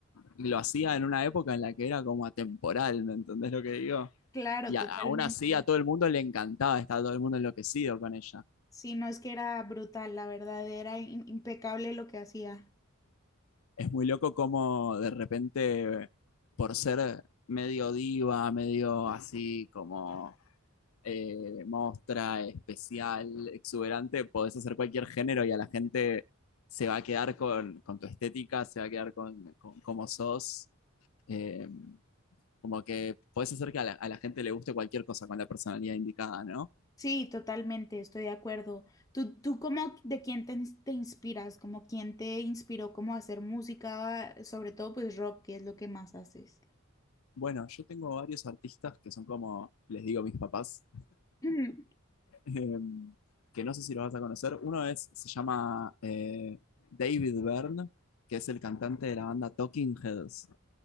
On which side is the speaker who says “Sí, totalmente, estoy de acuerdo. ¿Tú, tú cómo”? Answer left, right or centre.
Left